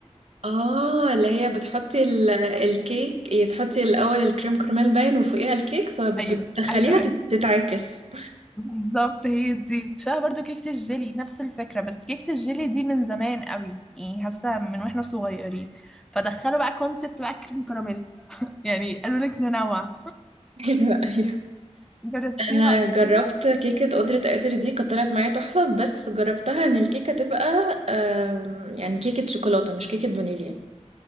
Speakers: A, on the right; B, in the centre.
A: اه اللي هي بتحطي ال- الكيك هي تحطي الاول الكريم كراميل باين وفوقيها الكيك فبتخليها
B: أيوه أيوه
A: تت-
B: أيوه
A: تتعكس
B: بالظبط هي دي شبه برضو كيكة الجيلي نفس الفكرة بس كيكة الجيلي دي من زمان قوي يعني حاسة من واحنا صغيرين فدخلوا بقى كونسبت بقى كريم كراميل يعني قالوا لك ننوع
A: <laughs> ايوه
B: جربتيها
A: انا
B: قبل
A: جربت
B: كده
A: كيكه قدره قادر دي كانت طلعت معايا تحفه بس جربتها ان الكيكه تبقى آم، يعني كيكه شوكولاته مش كيكه فانيليا